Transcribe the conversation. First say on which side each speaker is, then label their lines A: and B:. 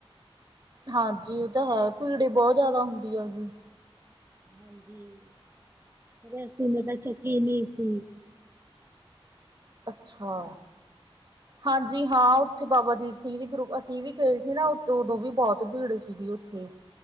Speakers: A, on the right; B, on the right.
A: ਹਾਂਜੀ ਉਹ ਤਾਂ ਹੈ ਭੀੜ ਬਹੁਤ ਜ਼ਿਆਦਾ ਹੁੰਦੀ ਹੈਗੀ।
B: ਹਾਂਜੀ ਆਸੀ ਮੈ ਤਾਂ ਸ਼ਕੀ ਨਹੀਂ ਸੀ।
A: ਅੱਛਾ, ਹਾਂਜੀ ਹਾਂ। ਉੱਥੇ ਬਾਬਾ ਦੀਪ ਸਿੰਘ ਜੀ ਗਰੁੱਪ ਅਸੀਂ ਵੀ ਗਏ ਸੀ ਨਾ, ਉਦੋਂ ਵੀ ਬਹੁਤ ਭੀੜ ਸੀਗੀ ਉੱਥੇ।